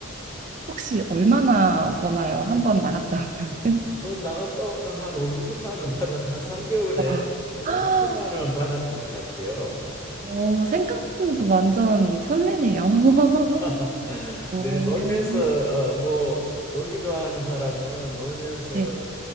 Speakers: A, on the right; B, on the left.
A: 혹시 얼마나 버나요? 한번 나갔다 오면은?
B: 한번 나갔다 오면 한오육천만원 받았 한 삼개월에오육천만원
A: <laughs> 와. 아,
B: 받았던 것 같아요.
A: 어, 생각보다도 완전 설레네요. <laughs>
B: <laughs>
A: 오.
B: 네, 놀면서 어, 뭐 놀기 좋아하는 사람은 놀면서
A: 네,